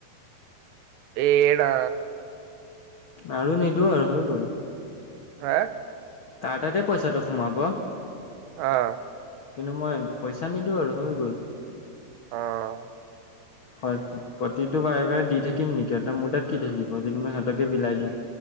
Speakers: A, on the right; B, on the left.
A: এৰা
B: আৰু নিদো আৰু হৈ গ'ল।
A: হা
B: তাৰ তাতে পইচাটো সোমাব।
A: অহ ',
B: কিন্তু মই পইচা নিদিও আৰু হৈ গ'ল।
A: অহ ',
B: হয় প্ৰতিটো বাৰে বাৰে দি থাকিম নেকিহত মোৰ তাত কি থাকিব যদিটো মই সিহতকে বিলাই দিও।